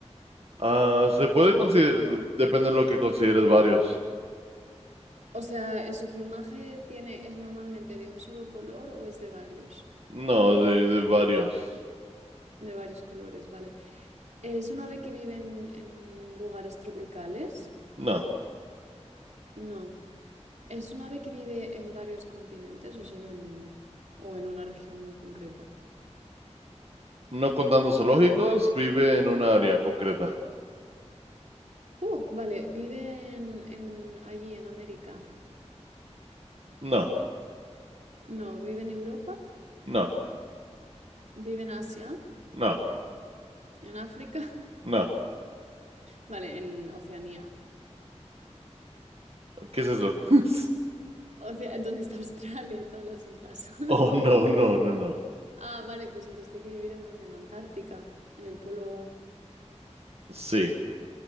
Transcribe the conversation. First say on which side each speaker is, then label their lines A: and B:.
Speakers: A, on the right; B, on the right.
A: Ah, se puede
B: este.
A: considerar, depende de lo que consideres varios.
B: O sea, ¿en su plumaje tiene, es normalmente de un solo color o es de varios?
A: No, de, de varios.
B: De varios colores, vale. ¿Es un ave que vive en, en lugares tropicales?
A: No,
B: No. ¿Es un ave que vive en varios continentes o solo en uno? ¿O en una región muy concreta?
A: no contando zoológicos, vive en una área concreta.
B: Uh, vale, ¿vive en, en allí, en América?
A: No,
B: No, ¿vive en Europa?
A: no,
B: ¿Vive en Asia?
A: no,
B: ¿En África? <laughs>
A: no.
B: Vale, en Oceanía.
A: ¿Qué es eso? <laughs>
B: O sea, ¿dónde está Australia y todas las islas? <laughs>
A: Oh, no, no, no, no.
B: Ah, vale, pues entonces tiene que vivir en donde, en Antártica, en el polo.
A: Sí,